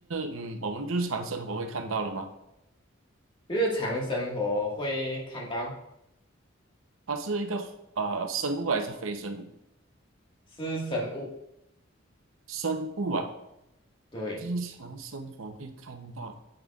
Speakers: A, on the right; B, on the left.
A: 嗯我们日常生活会看到了吗？
B: 日常生活会看到
A: 它是一个呃生物还是非生物？
B: 是生物，
A: 生物啊，
B: 对，
A: 日常生活会看到